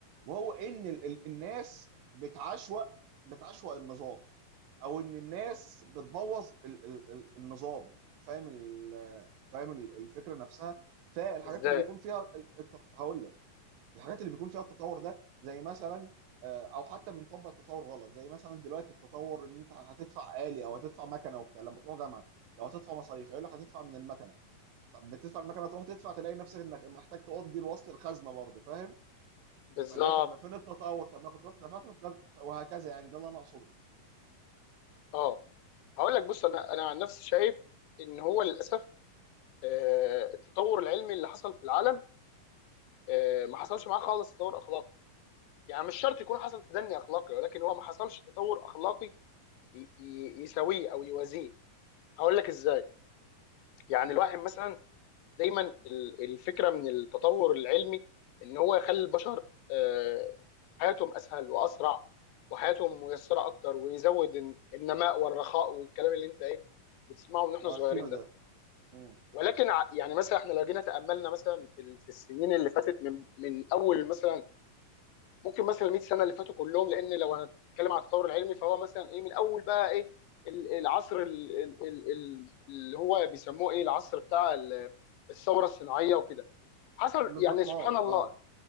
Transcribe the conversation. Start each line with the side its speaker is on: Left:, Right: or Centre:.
Right: وهو ان ال- ال- الناس بتعشوأ بتعشوأ النظام او ان الناس بتبوظ ال- ال- ال- النظام فاهم ال- فاهم ال- الفكره نفسها فالحاجات
Left: ازاي
Right: اللي بيكون فيها ال- الت- هقول لك الحاجات اللي بيكون فيها التطور ده زي مثلا آه، او حتى بنطبق التطور غلط زي مثلا دلوقتي التطور ان انت هتدفع آلي او هتدفع مكنه وبتاع لما تروح جامعه لو هتدفع مصاريف يقول لك هتدفع من المكنه طب بتدفع المكنه تروح تدفع تلاقي نفسك انك محتاج تقضي الوصل الخزنه برضه فاهم
Left: بالظبط
Right: فاللي هو طب ما فين التطور طب ما كنت رحت دفعت في الخزنه وهكذا يعني ده اللي انا اقصده
Left: اه هقول لك بص انا انا عن نفسي شايف ان هو للاسف آه، التطور العلمي اللي حصل في العالم آه، ما حصلش معاه خالص تطور اخلاقي يعني مش شرط يكون حصل تدني اخلاقي ولكن هو ما حصلش تطور اخلاقي ي- ي- يساويه او يوازيه هقول لك ازاي يعني
Right: مم.
Left: الواحد مثلا دايما ال- الفكره من التطور العلمي ان هو يخلي البشر آه، حياتهم اسهل واسرع وحياتهم ميسره اكتر ويزود الن- النماء والرخاء والكلام اللي انت ايه بتسمعه من احنا
Right: عارفينه
Left: صغيرين
Right: ده
Left: ده
Right: مم.
Left: ولكن ع- يعني مثلا احنا لو جينا تاملنا مثلا في ال- في السنين اللي فاتت من من اول مثلا ممكن مثلا 100 سنه اللي فاتوا كلهم لان لو هنتكلم على التطور العلمي فهو مثلا ايه من اول بقى ايه ال- العصر ال- ال- ال- ال- اللي هو بيسموه ايه العصر بتاع ال- الثوره الصناعيه وكده حصل
Right: الاضمحلال
Left: يعني سبحان الله
Right: اه